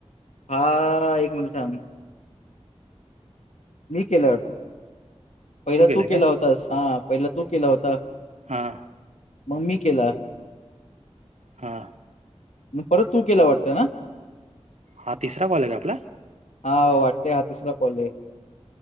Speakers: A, on the left (about 90°); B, on the right (about 75°).
A: हा एक मिनट थांब. मी केल्यात पहिला
B: केलाय
A: तू
B: का?
A: केला होतास हा पहिला तू केला होता.
B: हा.
A: मग मी केलात.
B: हा.
A: म परत तू केला वाटतंय ना
B: हा तिसरा कॉल आहे का आपला
A: हा वाटतेय हा तिसरा कॉल आहे.